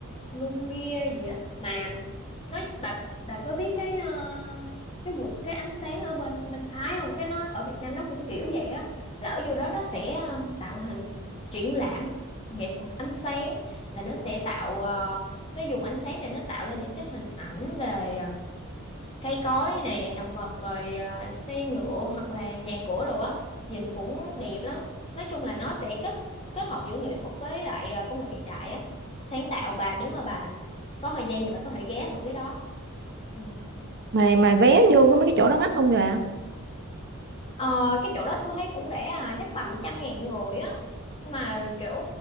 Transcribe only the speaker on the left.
Lumia gì á mà nói bà bà có biết cái ờ, cái vườn cái ánh sáng ở bên bên Thái không cái nó ở Việt Nam nó cũng kiểu vậy á là ở vô đó nó sẽ ờ, tạo hình triển lãm nghệ thuật ánh sáng là nó sẽ tạo ờ, nó dùng ánh sáng để nó tạo lên những cái hình ảnh về ờ, cây cối nè động vật rồi à, xe ngựa hoặc là nhà cửa đồ á nhìn cũng đẹp lắm nói chung là nó sẽ kết kết hợp giữa nghệ thuật với lại à, công nghệ hiện đại á sáng tạo bà nếu mà bà có thời gian thì bà có thể ghé thử cái đó ừ.
Ờ, cái chỗ đó tôi thấy cũng rẻ à chắc tầm trăm ngàn người á mà kiểu